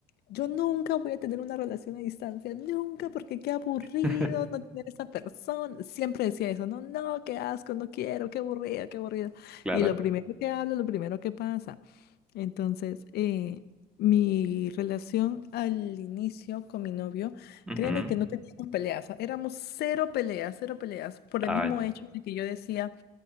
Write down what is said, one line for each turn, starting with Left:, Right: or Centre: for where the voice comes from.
Left: yo nunca voy a tener una relación a distancia, nunca, porque qué aburrido
Centre: <laughs>
Left: no tener esa persona. Siempre decía eso, no, no, qué asco, no quiero, qué aburrido, qué aburrido.
Centre: Claro.
Left: Y lo primero que hablo, lo primero que pasa. Entonces, eh, mi relación al inicio con mi novio,
Centre: Ujú.
Left: créeme que no teníamos peleas, o sea, éramos cero peleas, cero peleas, por
Centre: Ay,
Left: el mismo hecho de que yo decía...